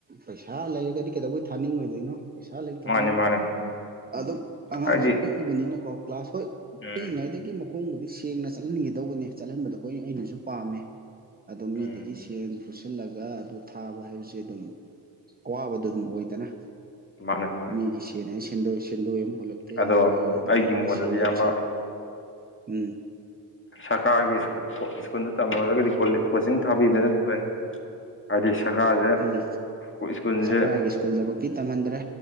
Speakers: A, on the right; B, on the left.
A: ꯄꯩꯁꯥ ꯂꯩꯔꯒꯗꯤ ꯀꯩꯗꯧꯕꯩ ꯊꯥꯅꯤꯡꯉꯣꯏꯗꯣꯏꯅꯣ ꯄꯩꯁꯥ ꯂꯩꯇꯕꯅꯤꯅ
B: ꯃꯥꯅꯦ ꯃꯥꯅꯦ
A: ꯑꯗꯨꯝ ꯑꯉꯥꯡꯁꯨ
B: ꯍꯥꯏꯗꯤ
A: ꯄꯤꯛꯏꯕꯅꯤꯅꯀꯣ ꯀ꯭ꯂꯥꯁ ꯍꯣꯏ
B: ꯎꯝ
A: ꯄꯤꯛꯏꯉꯩꯗꯒꯤ ꯃꯨꯛ ꯃꯈꯣꯡꯕꯨꯗꯤꯁꯦꯡꯅ ꯆꯠꯍꯟꯒꯗꯧꯕꯅꯦ ꯆꯠꯍꯟꯕꯗꯣ ꯍꯣꯢ ꯑꯩꯅꯁꯨ ꯄꯥꯝꯃꯦ ꯑꯗꯣ ꯃꯤꯗꯒꯤ
B: ꯎꯝ
A: ꯁꯦꯜ ꯄꯨꯁꯤꯜꯂꯒ ꯑꯗꯨ ꯊꯥꯕ ꯍꯥꯏꯕꯁꯦ ꯑꯗꯨꯝ ꯑꯋꯥꯕꯗꯣ ꯑꯗꯨꯝ ꯑꯣꯏꯗꯅ
B: ꯃꯥꯅꯦ ꯃꯥꯅꯦ
A: ꯃꯤꯒꯤ ꯁꯦꯜ ꯍꯥꯢꯁꯦ ꯁꯦꯟꯗꯣꯏ ꯑꯃꯨꯛ ꯍꯨꯂꯛ ꯍꯦꯛꯇꯥ
B: ꯑꯗꯣ
A: ꯌꯥꯔꯣꯏ ꯑꯗꯨꯗꯒꯤ
B: ꯑꯩꯒꯤ ꯃꯣꯠꯇꯗꯤ
A: ꯁꯦꯂꯦꯞ
B: ꯏꯌꯥꯝꯕ
A: ꯎꯝ
B: ꯁꯔꯀꯥꯔꯒꯤ ꯁ꯭ꯀꯨꯜꯗ ꯇꯝꯍꯜꯂꯒꯗꯤ ꯀꯣꯆꯤꯡ ꯊꯥꯕꯤꯕꯅꯗꯤ ꯐꯩ ꯍꯥꯏꯗꯤ ꯁꯔꯀꯥꯔꯁꯦ ꯑꯩꯈꯣꯏ
A: ꯎꯝ
B: ꯁ꯭ꯀꯨꯜꯁꯦ
A: ꯁꯔꯀꯥꯔꯒꯤ ꯁ꯭ꯀꯨꯜꯗꯐꯧꯗꯤ ꯇꯝꯍꯟꯗ꯭ꯔꯦ